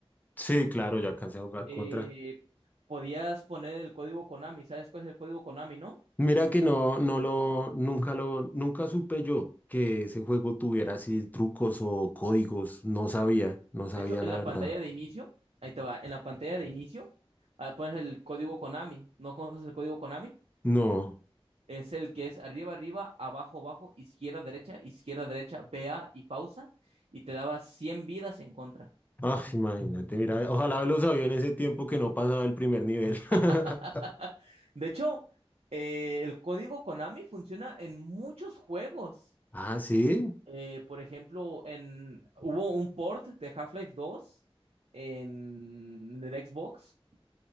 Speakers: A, on the left (about 15°); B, on the right (about 85°).
A: Sí, claro, yo alcancé a jugar
B: eh,
A: contra.
B: podías poner el código Konami. ¿Sabes cuál es el código Konami, no?
A: Mira que no, no lo, nunca lo, nunca supe yo que ese juego tuviera así trucos o códigos. No sabía, no sabía
B: De hecho, en
A: la
B: la
A: verdad.
B: pantalla de inicio, ahí te va, en la pantalla de inicio, ah, pones el código Konami. ¿No conoces el código Konami?
A: No.
B: es el que es arriba, arriba, abajo, abajo, izquierda, derecha, izquierda, derecha, vea y pausa, y te daba cien vidas en contra.
A: Ah, imagínate, mira, ojalá lo sabía en ese tiempo que no pasaba el primer nivel. <laughs>
B: <laughs> de hecho, eh, el código Konami funciona en muchos juegos.
A: Ah, sí,
B: Eh, por ejemplo, en, hubo un port de Half-Life dos en, en, el Xbox,